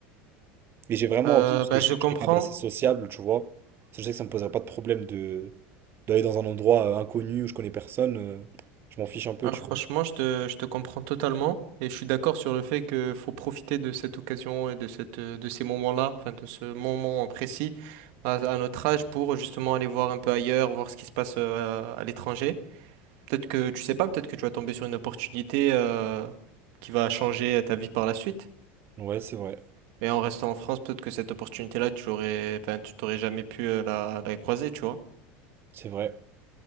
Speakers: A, on the right (about 35°); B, on the right (about 70°).
A: Et j'ai vraiment
B: Euh,
A: envie, parce que
B: bah,
A: je
B: je
A: suis
B: comprends.
A: quelqu'un d'assez sociable, tu vois. Je sais que ça me poserait pas de problème de d'aller dans un endroit euh, inconnu où je connais personne. euh, je m'en fiche un peu,
B: Hein,
A: tu
B: franchement,
A: vois.
B: je te, je te comprends totalement. Et je suis d'accord sur le fait que faut profiter de cette occasion et de cette, de ces moments-là, enfin, de ce moment précis à, à notre âge pour justement aller voir un peu ailleurs, voir ce qui se passe euh, à l'étranger. Peut-être que tu sais pas, peut-être que tu vas tomber sur une opportunité euh, qui va changer ta vie par la suite.
A: Ouais, c'est vrai.
B: Et en restant en France, peut-être que cette opportunité-là, tu l'aurais, enfin, tu t'aurais jamais pu euh, la, la croiser, tu vois.
A: C'est vrai.